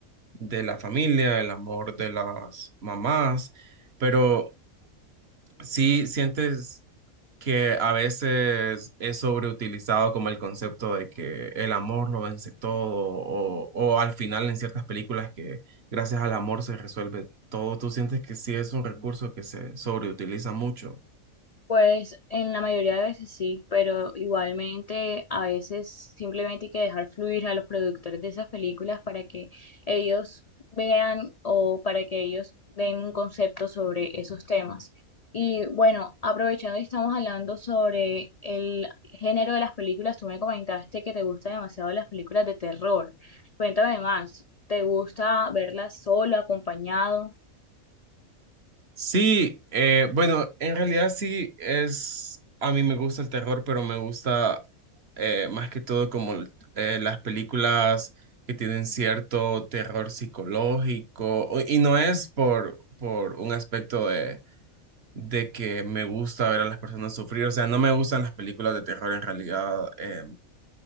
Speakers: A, on the right (about 50°); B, on the left (about 65°).
A: de la familia, el amor de las mamás, pero sí sientes que a veces es sobreutilizado como el concepto de que el amor lo vence todo, o, o al final en ciertas películas que gracias al amor se resuelve todo. ¿Tú sientes que sí es un recurso que se sobreutiliza mucho?
B: Pues en la mayoría de veces sí, pero igualmente a veces simplemente hay que dejar fluir a los productores de esas películas para que ellos vean o para que ellos den un concepto sobre esos temas. Y bueno, aprovechando y estamos hablando sobre el género de las películas, tú me comentaste que te gustan demasiado las películas de terror. Cuéntame más, ¿te gusta verlas solo, acompañado?
A: Sí, eh, bueno, en realidad sí es, a mí me gusta el terror, pero me gusta eh, más que todo como eh, las películas que tienen cierto terror psicológico, o- y no es por, por un aspecto de de que me gusta ver a las personas sufrir, o sea, no me gustan las películas de terror en realidad eh,